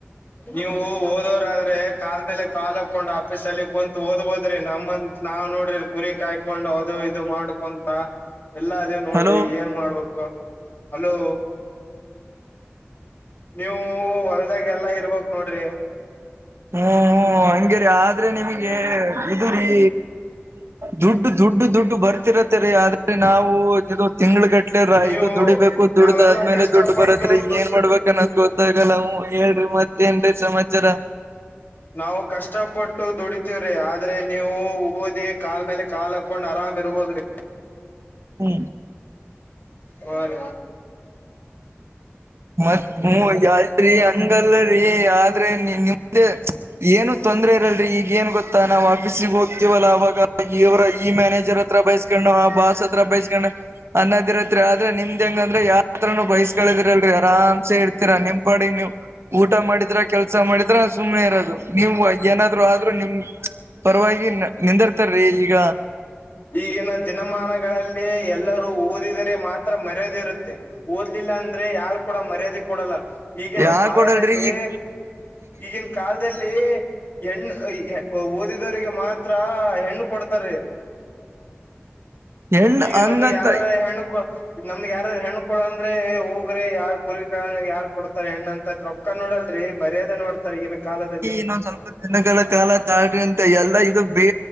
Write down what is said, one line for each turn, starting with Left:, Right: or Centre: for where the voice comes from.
Left: ನೀವು ಓದೋರ ಆದ್ರೆ ಕಾಲ್ ಮೇಲೆ ಕಾಲ್ ಹಾಕೊಂಡ ಆಫೀಸ ಅಲ್ಲಿ ಕುಂತ ಓದ್ಬೋದ್ರಿ ನಮ್ಮ ನಾವ್ ನೋಡ್ರಿ ಕುರಿ ಕಾಯ ಕೊಂಡು ಅದು ಇದು ಮಾಡ್ಕೊಂತ ಎಲ್ಲ ಅದು ನೋಡ್ರಿ
Right: ಹಲೋ
Left: ಏನ್ ಮಾಡ್ಬೇಕು ಹಲೋ ನೀವು ಒಲ್ದಾಗ ಎಲ್ಲಾ ಇರ್ಬಕ ನೋಡ್ರಿ.
Right: ಹ್ಮ ಹ್ಮ ಹಂಗೇರಿ ಆದ್ರೆ ನಿಮಗೆ ಇದುರಿ ದುಡ್ಡು ದುಡ್ಡು ದುಡ್ಡು ಬರ್ತಿರತ್ತರೀ ಆದ್ರೆ ನಾವು ಇದು ತಿಂಗಳಗಟ್ಟ ರಾಯ್
Left: ನೀವು
Right: ದುಡಿಬೇಕು ದುಡದ
Left: ನಾವೆಲ್ಲಾ
Right: ಆದ್ಮೇಲೆ
Left: ಕಷ್ಟಪಟ್ಟು
Right: ದುಡ್ಡು ಬರತ್ರಿ
Left: ದುಡ್ಡು
Right: ಏನ್ ಮಾಡ್ಬೇಕು. ನ ಗೊತ್ತಾಗಲ್ಲ ಹ್ಮ ಹೇಳ್ರಿ ಮತ್ತೇಏನರೀ ಸಮಾಚಾರ.
Left: ನಾವು ಕಷ್ಟಪಟ್ಟು ದುಡಿತೀವ್ರಿ ಆದ್ರೆ ನೀವು ಓದಿ ಕಾಲ ಮೇಲೆ ಕಾಲ್ ಹಾಕೊಂಡ ಆರಾಮ ಇರ್ಬೋದ್ರಿ.
Right: ಹ್ಮ
Left: ಹಾರಿ
Right: ಮತ್ ಹ್ಮ್ ಅಲ್ರಿ ಹಂಗಲ್ಲರಿ ಆದ್ರೆ ನಿಮ್ದ ಏನು ತೊಂದ್ರೆ ಇರಲ್ರರಿ ಈಗ ಏನ್ ಗೊತ್ತಾ ನಾವ ಆಫೀಸಿಗ ಹೋಗ್ತೀವಲ್ಲ ಅವಾಗ ಇವರ ಈ ಮ್ಯಾನೇಜರ್ ಹತ್ರ ಬಯಸ್ ಕೊನು ಆ ಬಾಸ್ ಹತ್ರ ಬೈಸ್ಕೊಂಡ ಅನ್ನದಿರತ್ತತ್ರಿ ಆದ್ರೆ ನಿಮ್ದ ಹೆಂಗಂದ್ರ ಯಾರ ಹತ್ರನು ಬೈಸ್ಕಳದಿರಲ್ ಆರಾಮ್ಸೆ ಇರ್ತೀರಾ ನಿಂಪಾಡ ನೀವ ಊಟ ಮಾಡಿದ್ರ ಕೆಲ್ಸ ಮಾಡಿದ್ರ ಸುಮ್ನೆ ಇರೋದು. ನೀವು ಏನಾದ್ರು ಆದ್ರರು ನಿಮ್ಮ ಪರವಾಗಿ ನಿಂದಿರ್ತರೀ ಈಗ.
Left: ಈಗಿನ ದಿನಮಾನಗಳಲ್ಲಿ ಎಲ್ಲರೂ ಓದಿದರೆ ಮಾತ್ರ ಮರೆದಿರುತ್ತೆ. ಓದ್ಲಿಲ್ಲ ಅಂದ್ರೆ ಯಾರ ಕೂಡ ಮರ್ಯಾದೆ ಕೊಡಲ್ಲ. ಈಗಿನ
Right: ಯಾಕ
Left: ಕಾಲದಲ್ಲಿ
Right: ಕೊಡಲ್ರಿ ಈಗ
Left: ಈಗಿನ ಕಾಲದಲ್ಲಿ. ಹೆಣ್ಣ ಓದಿದವರಿಗೆ ಮಾತ್ರ ಹೆಣ್ಣ ಕೊಡ್ತಾರೆ.
Right: ಹೆಣ್ಣ
Left: ಈಗ
Right: ಹಂಗಂತ
Left: ನಮ್ಗ ಯಾರರ ಹೆಣಕ ನಮ್ಗೆ ಯಾರರ ಹೆಣ್ಣ ಕೊಡಂದ್ರೆ ಹೋಗ್ರೆ ಯಾರ ಕುರಿ ಕಾಯನಗಿ ಯಾರ ಕೊಡ್ತಾರೆ ಹೆಣ್ಣಂತ ತ್ತದ ರೊಕ್ಕ ನೋಡಲ್ಲರಿ ಮರ್ಯಾದೆ ನೋಡ್ತಾರ ಈಗಿನ ಕಾಲದಲ್ಲಿ.
Right: ಇನ್ನೊಂದ ಸ್ವಲ್ಪ ದಿನಗಳ ಕಾಲ ತಾಳ್ರಿ ಅಂತ ಎಲ್ಲಾ ಇದು ಬೇ